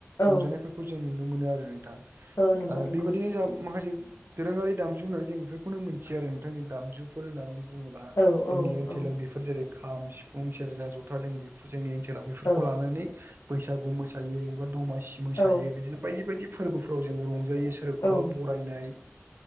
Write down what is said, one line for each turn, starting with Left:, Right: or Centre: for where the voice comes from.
Left: औ
Right: रंजानायफोरखौ खौ जों नुनो मोनो आरो नोंथां। ओ
Left: औ नंगौ नंगौ
Right: बेबायाददिनो जा माखासे दोरोङारि दामजु होननानै जों बेफोरखौनो मोनथियो आरो नोंथां ज दामजुफोर होननानै बुङोब्ला
Left: औ
Right: जोंनि
Left: औ
Right: ओनसोलाव
Left: औ
Right: बे बेफोर जेरै खाम सिफुं सेरजा जथा जों बे जोंनि ओनसोलाव बेफोरखौ
Left: औ
Right: लानानै बैसागु मोसायो एबा दमासि मोसायो
Left: औ
Right: बिदिनो बायदि बायदि फोरबोफ्राव जोङो रंजायो सोरखौबा
Left: औ
Right: बरायनाय